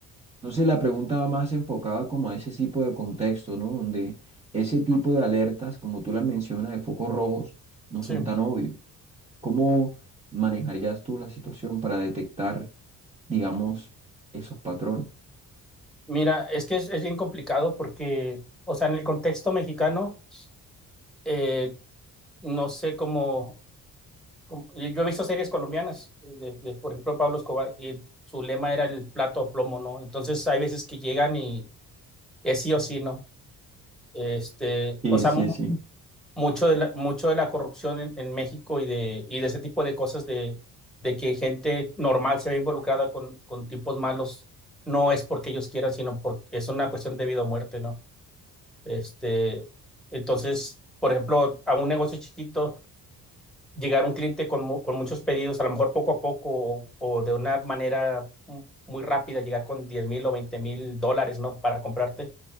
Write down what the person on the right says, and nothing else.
Entonces la pregunta va más enfocada como a ese tipo de contexto, ¿no? Donde ese tipo de alertas, como tú las mencionas, de focos rojos, no
son tan obvios. ¿Cómo manejarías tú la situación para detectar, digamos, esos patrones?
Sí,
sí,
sí.